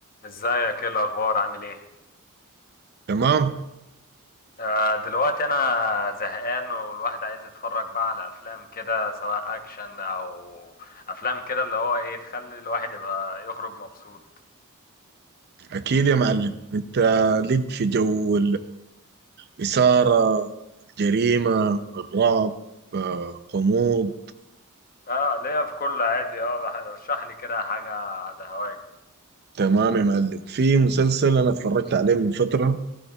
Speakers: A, on the left (about 40°); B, on the right (about 50°).
A: ازيك ايه الاخبار عامل ايه
B: تمام
A: آه دلوقتي انا زهقان والواحد عايز يتفرج بقى على افلام كده سواء اكشن او افلام كده اللي هو ايه تخلي الواحد يبقى يخرج مبسوط
B: أكيد يا معلم أنت ليك في جو الإثارة الجريمة الرعب آه، غموض
A: اه ليا في كل عادي اه رشح لي كده حاجة على هواك
B: تمام يا معلم في مسلسل أنا اتفرجت عليه من فترة